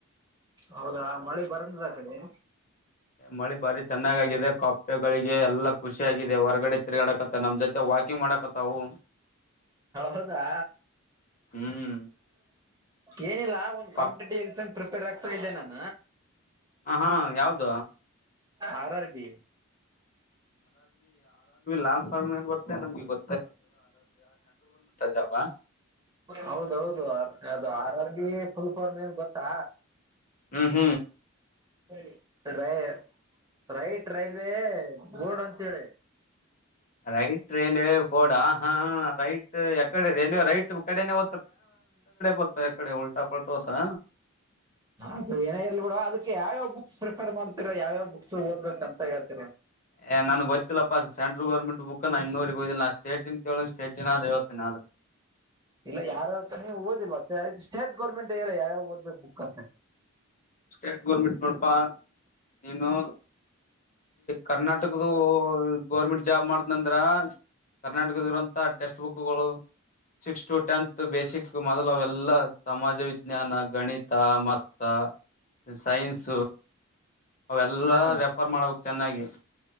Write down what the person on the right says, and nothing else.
ಹೌದಾ ಮಳೆ ಬರಂದದಾಕಡೆ
ಹೌದಾ
ಏನಿಲ್ಲ ಒಂದು
ಕಾಂಪಿಟೇಟಿವ್ ಎಕ್ಸಾಮ್ ಪ್ರಿಪೇರ್ ಆಗ್ತಾ ಇದ್ದೆ ನಾನು
ಆರ ಆರ್ ಬಿ
ಹೌದೌದು ಆರ ಅ ಫುಲ್ಫಾರ್ಮ್ ಏನ್ ಗೊತ್ತಾ
ಸರಿ ರೈ ರೈಟ್ ರೈಲ್ವೆ ಬೋರ್ಡ್ ಅಂತೇಳಿ
ಅದು ಏನಾ ಇರ್ಲಿ ಬಿಡ ಅದಕ್ಕೆ ಯಾವ್ಯಾವ ಬುಕ್ಸ್ ರೆಫರ್ ಮಾಡ್ತಿರಾ ಯಾವ್ಯಾವ ಬಕ್ಸ್ ಓದಬೇಕ ಅಂತ ಹೇಳೇ
ಇಲ್ಲ ಯಾರತ್ರ ನೀವು ಓದಿಲ್ಲ ಸ್ಟೇಟ್ ಗೌರ್ಮೆಂಟ್ ಹೇಳಿ ಯಾವ್ಯಾವ ಓದ್ಬೇಕು ಬುಕ್ ಅಂತ
ಹಾ